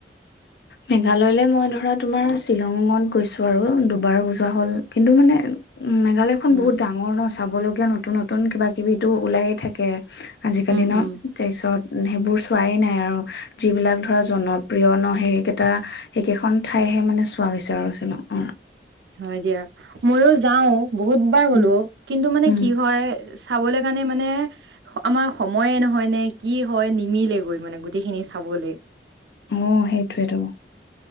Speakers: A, on the left (about 70°); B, on the right (about 75°).
A: মেঘালয়লৈ মই ধৰা তোমাৰ শ্বিলঙত গৈছো আৰু দুবাৰ বজোৱা হ'ল কিন্তু মানে উম মেঘালয় খন
B: উম
A: বহুত ডাঙৰ ন চাবলগীয়া নতুন নতুন কিবাকিবিতো ওলায়ে থাকে আজিকালি
B: উম
A: ন
B: উম
A: পিছত সেইবোৰ চোৱাই নাই আৰু যিবিলাক ধৰা জনপ্ৰিয় ন সেইকেইটা সেইকেইখন ঠাইহে মানে চোৱা হৈছে আৰু চ অঁ
B: হয় দিয়া মইয়ো যাওঁ বহুতবাৰ
A: উম
B: গ'লো কিন্তু মানে
A: উম
B: কি হয় চাবলৈ কাৰণে মানে আমাৰ সময়ে নহয় নে কি হয় নি মিলে গৈ মানে গোটেইখিনি চাব গ'লে
A: অঁ সেইটোৱেতো